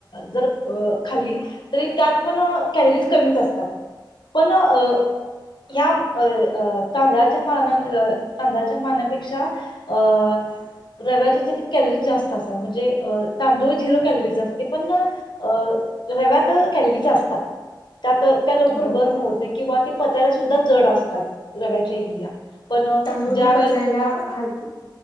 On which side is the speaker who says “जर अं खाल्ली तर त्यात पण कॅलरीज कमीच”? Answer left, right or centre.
Left